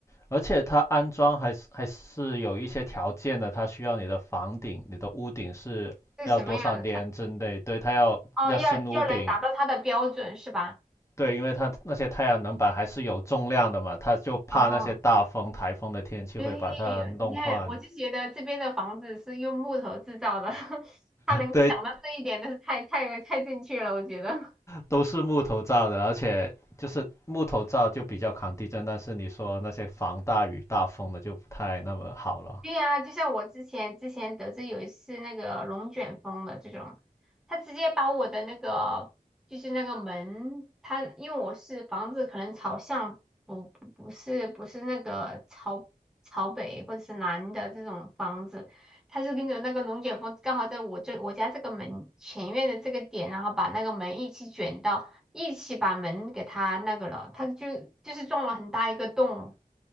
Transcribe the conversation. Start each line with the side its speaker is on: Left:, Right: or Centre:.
Left: 而且它安装还是还是有一些条件的，它需要你的房顶、你的屋顶是要多少年之内，
Centre: 是什么样的菜，
Left: 对，它要要新屋顶，
Centre: 哦，要要能达到它的标准是吧？
Left: 对，因为它那些太阳能板还是有重量的嘛，它就怕那些大风、
Centre: 哦。
Left: 台风的天气会把它弄坏。
Centre: 对，你看，我就觉得这边的房子是用木头制造的，<laughs> 他能够想到这一点，
Left: 对，
Centre: 那是太太太正确了，我觉得。
Left: 都是木头造的，而且就是木头造就比较抗地震，但是你说那些防大雨大风的就不太那么好了。
Centre: 对呀，就像我之前之前得知有一次那个龙卷风的这种，他直接把我的那个就是那个门，他因为我是房子可能朝向不不不是不是那个朝朝北或者是南的这种房子，他是跟着那个龙卷风刚好在我这我家这个门前院的这个点，然后把那个门一起卷到一起把门给它那个了，他就就是撞了很大一个洞。